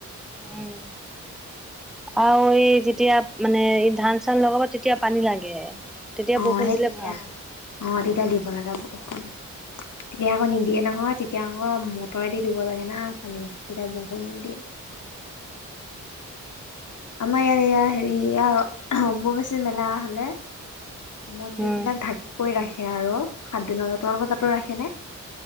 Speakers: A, in the centre; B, on the left.
A: উম। আৰু এই যেতিয়া মানে এই ধান চান লগাব তেতিয়া পানী লাগে। তেতিয়া
B: অ',
A: বৰষুণ
B: সেই
A: দিলে
B: তেতিয়া
A: ভাল।
B: অ' তে তেতিয়া দিব লগা বৰষুণ। তেতিয়া আকৌ নিদিয়ে নহয় তে তেতিয়া আকৌ মটৰেদি দিব লাগে না পানী, তেতিয়া বৰষুণ নিদিয়ে। আমাৰ ইয়াত এয়া, হেৰি অম্বুবাচী মেলা হ'লে মন্দিৰ
A: উম।
B: বিলাক ঢাকি কৰি ৰাখে আৰু। সাত দিনলে তোমালোক তাতো ৰাখে নে।